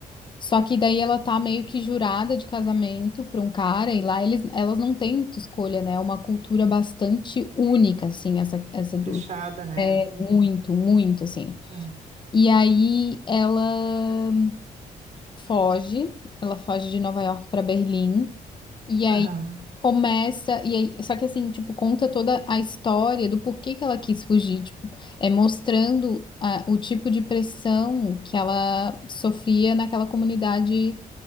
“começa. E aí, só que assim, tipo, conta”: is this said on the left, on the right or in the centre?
Left